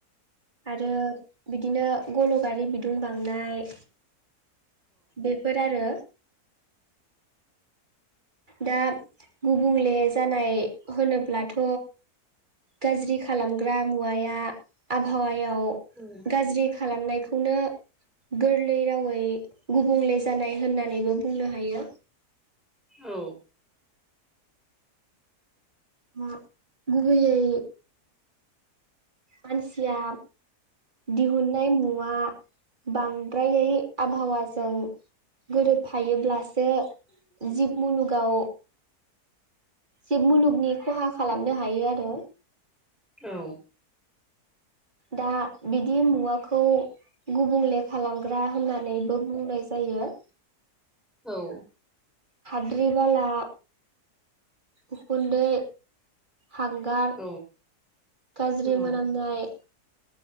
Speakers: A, on the right; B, in the centre.
A: आरो बिदिनो गल'गारि बिदुं बांनाय बेफोर आरो दा गुबुंले जानाय होनोब्लाथ' गाज्रि खालामग्रा मुवाया आबहावायाव
B: औ
A: गाज्रि खालामनायखौनो गोरलै रावै गुबुंले जानाय होननानैबो बुंनो हायो।
B: औ
A: मा गुबैयै मानसिया दिहुननाय मुवा बांद्रायै आबहावाजों गोरोबफायोब्लासो जिब मुलुगाव जिब मुलुगनि खहा खालामनो हायो आरो
B: औ
A: दा बिदि मुवाखौ गुबुंले खालामग्रा होननानैबो बुंनाय जायो।
B: औ
A: हाद्रि बाला उखुन्दै हांगार
B: औ
A: गाज्रि
B: औ
A: मोनामनाय
B: औ